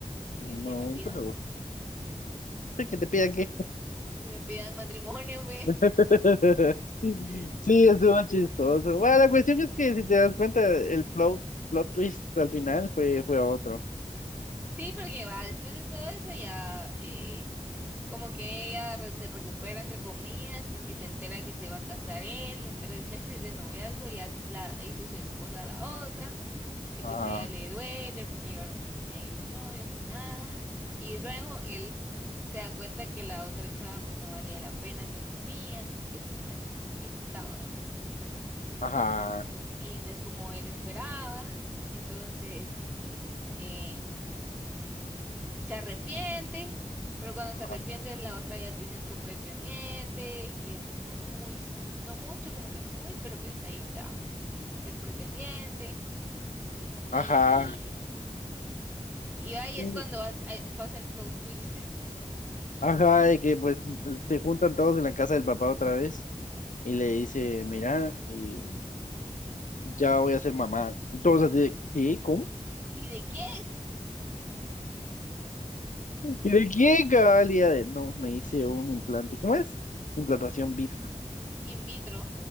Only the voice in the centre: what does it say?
que, que me pidan,
vamos,
que me pidan matrimonio, pues.
<laughs>
Sí, porque va, después de todo eso ya, eh, como que ella re- se recupera, entre comillas, porque se entera que se va a casar él en tres <laughs> meses de noviazgo, ya la la hizo su esposa a la otra. Y pues
a ella le duele porque llevaron 15 años de novios y nada. Y luego él se da cuenta que la otra chava pues no valía la pena, entre comillas, porque pues no es como le gustaba ¿va?
y no es como él esperaba. Entonces eh, se arrepiente, pero cuando
se arrepiente la otra ya tiene otro pretendiente, que pues no muy, s- no mucho, como que no muy, pero pues ahí está el pretendiente. Y,
y ahí
es cuando vas- ahí pasa el plot twist.
¿Y de quién?
U-
in vitro.